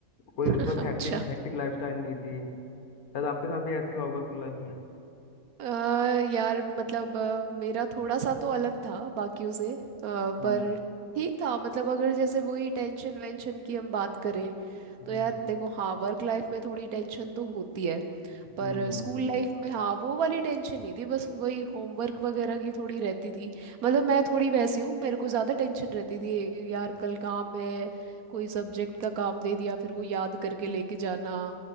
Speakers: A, on the left (about 85°); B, on the right (about 85°).
A: कोई
B: <laughs>
A: उस वक्त हेक्टिक
B: अच्छा
A: हेक्टिक लाइफस्टाइल नहीं थी शायद आपके साथ भी ऐसी हुआ होगा स्कूल लाइफ में
B: अ, यार मतलब अ, मेरा थोड़ा सा तो अलग था बाकियों से अ,
A: हम्म
B: पर ठीक था मतलब अगर जैसे वही टेंशन वेंशन की हम बात करें
A: हम्म
B: तो यार देखो हाँ वर्क लाइफ में थोड़ी टेंशन तो होती है
A: हम्म
B: पर
A: हम्म
B: स्कूल
A: हम्म,
B: लाइफ में हाँ वो वाली टेंशन नहीं थी बस वही होमवर्क वगैरह की थोड़ी रहती थी मतलब मैं थोड़ी वैसी हूँ मेरे को ज़्यादा टेंशन रहती थी यार कल काम है कोई सब्जेक्ट का काम दे दिया फिर वो याद करके लेके जाना